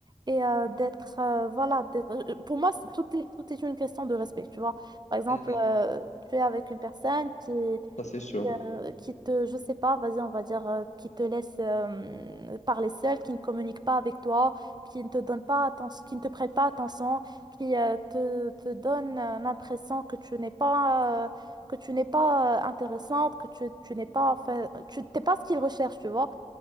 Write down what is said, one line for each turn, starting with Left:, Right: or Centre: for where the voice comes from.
Right: et euh, d'être, euh, voilà, d'être- euh, euh, pour moi, c'est- tout est, tout est une question de respect, tu vois. Par exemple,
Left: Mhm.
Right: euh, tu es avec une personne qui, euh,
Left: Ça, c'est sûr.
Right: qui te, je sais pas, vas-y, on va dire, euh, qui te laisse euh, parler seul, qui ne communique pas avec toi, qui ne te donne pas attention, qui ne te prête pas attention, qui euh, te, te donne euh, l'impression que tu n'es pas, euh, que tu n'es pas euh, intéressante, que tu, tu n'es pas, enfin, tu t'es pas ce qu'il recherche, tu vois.